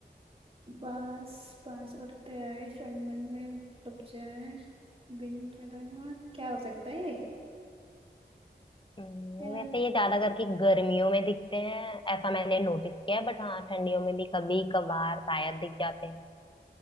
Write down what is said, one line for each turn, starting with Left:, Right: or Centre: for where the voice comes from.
Right: बांस बांस उड़ते आए क्षणभर में डूब जाए बिन चलाए क्या हो सकता है ये
Left: हम्म,
Right: अ,
Left: वैसे ये ज्यादा करके गर्मियों में दिखते हैं ऐसा मैंने नोटिस किया है बट हाँ ठंडियों में भी कभी कभार शायद दिख जाते